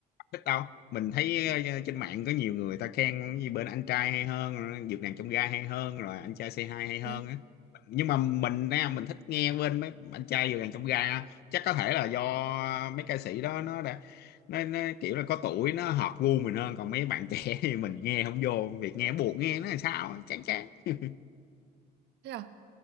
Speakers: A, on the left; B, on the right.
A: thích đâu mình thấy ờ, trên mạng có nhiều người ta khen cái gì bên anh trai hay hơn rồi dược nàng trong gai hay hơn rồi anh trai C2 hay hơn
B: đấy
A: á nhưng mà mình á, mình thích nghe bên mấy anh trai dược nàng trong gai á. chắc có thể là do mấy ca sĩ đó nó đã nó, nó kiểu là có tuổi nó hợp gu mình hơn còn mấy bạn trẻ <laughs> thì mình nghe không vô việc nghe buộc nghe nó là sao á, chán chán <laughs>
B: thế à